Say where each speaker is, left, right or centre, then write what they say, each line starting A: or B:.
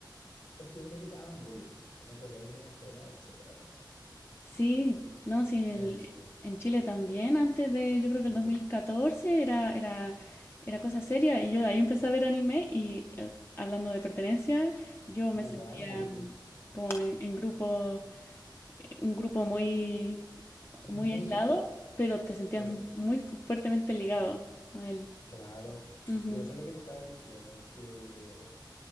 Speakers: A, on the left; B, on the left.
A: cuestión de que te daban bullying en el colegio, en la escuela, etcétera, ¿verdad?
B: Sí. No, sí, el-
A: Eh, Sí,
B: en Chile también, antes de, yo creo que
A: sí.
B: el dos mil catorce era, era, era cosa seria y yo de ahí empecé a ver anime y eh, hablando de pertenencia, yo
A: Igualmente,
B: me sentía mm, como en, en grupo, un grupo muy,
A: muy
B: muy aislado,
A: pequeño.
B: pero te sentías
A: Sí,
B: mu- muy fu- fuertemente ligado a él.
A: claro.
B: Ujú.
A: Y eso es lo que te estaba diciendo, que